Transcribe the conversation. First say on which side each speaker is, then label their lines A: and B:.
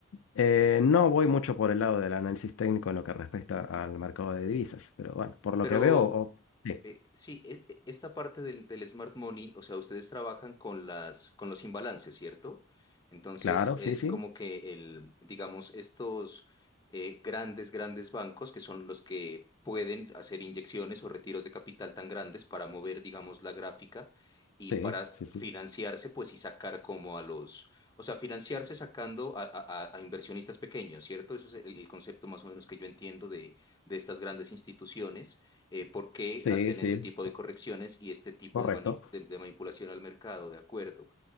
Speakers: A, on the left; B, on the left.
A: eh, no voy mucho por el lado del análisis técnico en lo que respecta al mercado de divisas, pero bueno, por lo
B: pero
A: que veo, o- sí,
B: Eh, sí, e- e- esta parte del, del smart money, o sea, ustedes trabajan con las, con los imbalances, ¿cierto? Entonces
A: claro,
B: es
A: sí, sí,
B: como que el, digamos, estos eh, grandes, grandes bancos que son los que pueden hacer inyecciones o retiros de capital tan grandes para mover, digamos, la gráfica y
A: sí,
B: para s-
A: sí, sí,
B: financiarse, pues y sacar como a los, o sea, financiarse sacando a, a- a- a inversionistas pequeños, ¿cierto? Eso es el, el concepto más o menos que yo entiendo de, de estas grandes instituciones eh, por qué
A: sí,
B: hacen
A: sí,
B: este tipo de correcciones y este tipo
A: correcto.
B: de, mani- de- de manipulación al mercado, ¿de acuerdo?